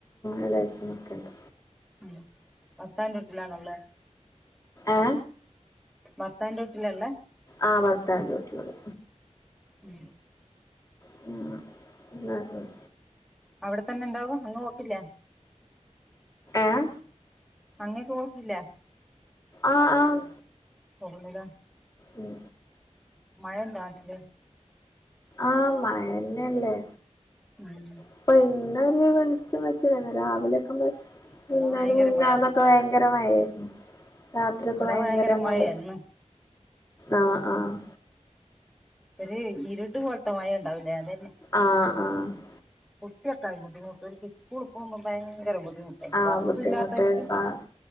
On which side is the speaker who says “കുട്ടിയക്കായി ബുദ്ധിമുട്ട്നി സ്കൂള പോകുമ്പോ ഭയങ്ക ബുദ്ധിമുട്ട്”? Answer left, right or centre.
Centre